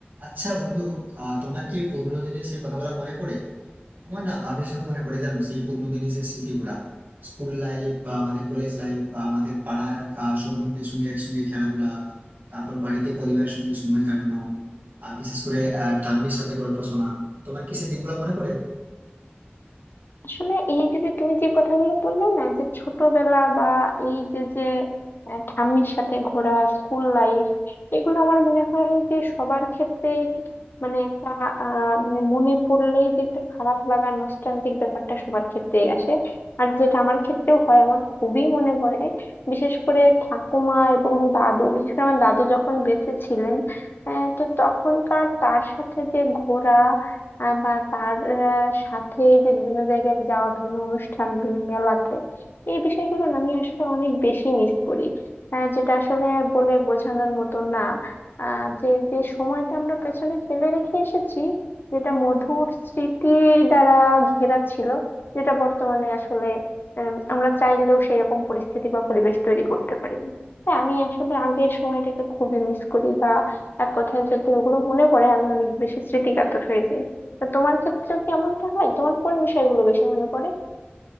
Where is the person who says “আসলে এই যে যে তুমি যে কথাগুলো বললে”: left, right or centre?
Left